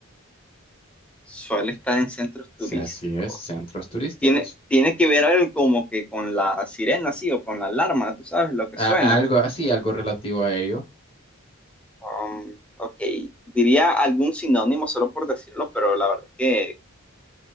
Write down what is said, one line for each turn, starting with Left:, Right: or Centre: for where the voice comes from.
Centre: Suele estar en centros
Left: Sí,
Centre: turísticos.
Left: así es, centros turísticos.
Centre: Tiene, tiene que ver algo como que con la sirena, sí, o con la alarma, tú sabes lo que
Left: A-
Centre: suena.
Left: algo así, algo relativo a ello.
Centre: Um, ok, diría algún sinónimo solo por decirlo, pero la verdad es que